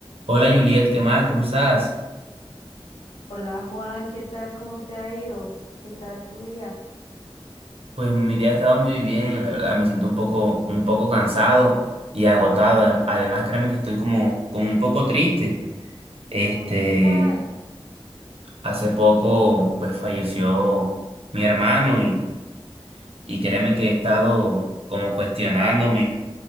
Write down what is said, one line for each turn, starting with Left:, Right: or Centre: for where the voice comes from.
Right: Hola Juliet, ¿qué más? ¿Cómo estás?
Left: Hola Juan, ¿qué tal? ¿Cómo te ha ido? ¿Qué tal tu día?
Right: Pues mi día ha estado muy bien, la verdad me siento un poco, un poco cansado y agotado. Adem- Además, créeme que estoy como, como un poco triste. Este,
Left: ¿Por qué Juan?
Right: hace poco pues falleció mi hermano y, y créeme que he estado como cuestionándome.